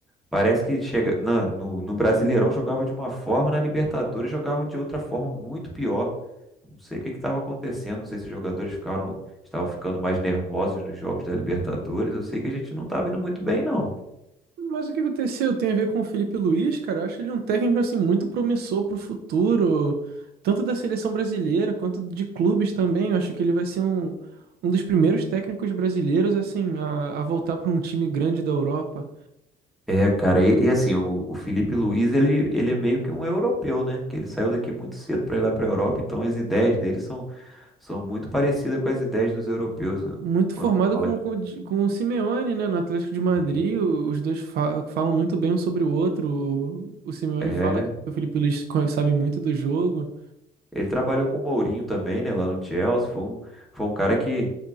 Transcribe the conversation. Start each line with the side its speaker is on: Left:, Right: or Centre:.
Centre: Parece que chega, na- no, no Brasileirão jogava de uma forma, na Libertadores jogava de outra forma muito pior. Não sei o que estava acontecendo, não sei se os jogadores ficaram, estavam ficando mais nervosos nos jogos da Libertadores. Eu sei que a gente não estava indo muito bem, não.
Right: Mas o que aconteceu tem a ver com o Felipe Luiz, cara. Eu acho ele um técnico assim muito promissor pro futuro, tanto da seleção brasileira quanto de clubes também. Eu acho que ele vai ser um, um dos primeiros técnicos brasileiros assim a, a voltar para um time grande da Europa.
Centre: É, cara, e, e assim, o, o Felipe Luiz, ele, ele é meio que um europeu, né? Que ele saiu daqui muito cedo para ir lá para a Europa, então as ideias dele são, são muito parecidas com as ideias dos europeus, né?
Right: Muito
Centre: Quando
Right: formado
Centre: fala
Right: com,
Centre: de...
Right: com, o Di- com o Simeone, né, no Atlético de Madrid.
Centre: Sim.
Right: o- Os dois fa- falam muito bem um sobre o outro. O, o Simeone
Centre: É,
Right: fala que o Felipe Luiz co- sabe muito do jogo.
Centre: ele trabalhou com o Mourinho também, né? Lá no Chelsea, foi um, foi um cara que,